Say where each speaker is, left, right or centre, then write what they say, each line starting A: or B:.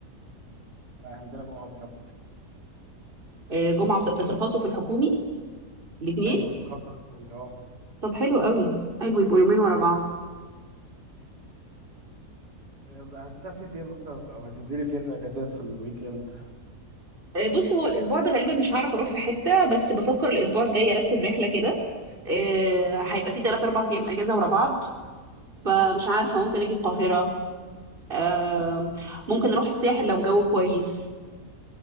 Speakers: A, on the right; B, on the right.
A: عندنا جمعه وسبت مختلفين
B: آه جمعه وسبت ده في الخاص وفي الحكومي الاثنين
A: ايوه ترخص حكومي اه
B: طب حلو قوي حلو يبقوا يومين ورا بعض
A: إيه بقى هتسافري فين مثلا او هتنزلي فين الاجازات في الويك اند
B: آه بص هو الاسبوع ده غالبا مش هعرف اروح في حته بس بفكر الاسبوع الجاي ارتب رحله كده آه هيبقى في 3 4 ايام اجازه ورا بعض فمش عارفه ممكن اجي القاهره آه ممكن اروح الساحل لو الجو كويس